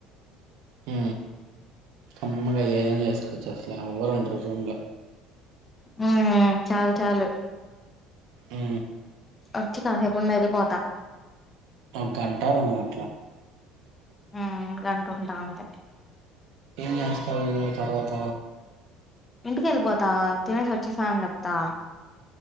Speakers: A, on the right (about 75°); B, on the left (about 15°).
A: హ అమ్మగా ఏదైనా చేసుకోొచ్చు అసలే ఎవరుండరు రూమ్ల
B: ఆ చాలు చాలు
A: ఆ
B: వచ్చి కాసేపుడుండ వెళ్ళిపోతా
A: ఒక గంట రెండు గంటల
B: ఆ అంటుంటా అంతే
A: ఏం చేస్త తర్వాత
B: ఇంటిక వెళ్ళిపోతా తినేసి వచ్చేసాన అని చెప్తా